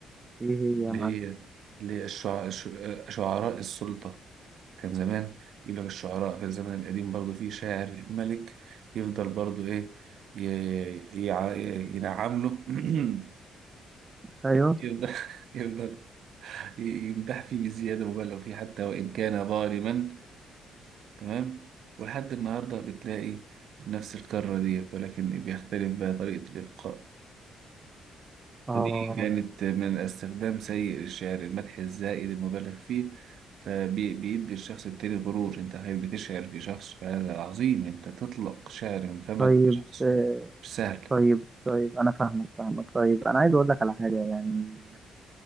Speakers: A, on the right (about 25°); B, on the right (about 70°).
A: ايه هي
B: اللي
A: يا معلم
B: هي اللي هي الشع- الش- شعراء السلطة كان زمان يجيب لك الشعراء في الزمن القديم برضو في شاعر الملك يفضل برضو ايه ي- يع- ينعم له <clears throat>
A: ايوه
B: يفضل يفضل ي- يمدح فيه بزيادة مبالغ فيه حتى وإن كان ظالما تمام ولحد النهاردة بتلاقي نفس الكرة ديت ولكن بيختلف بقى طريقة الإلقاء
A: اه
B: فدي كانت من استخدام سيء للشعر المدح الزائد المبالغ فيه فبيدي الشخص التاني غرور انت خير بتشعر في شخص فهذا عظيم انت تطلق شعر من فمك
A: طيب
B: شخص
A: آه،
B: مش سهل
A: طيب طيب انا فاهمك فاهمك طيب انا عايز اقول لك على حاجة يعني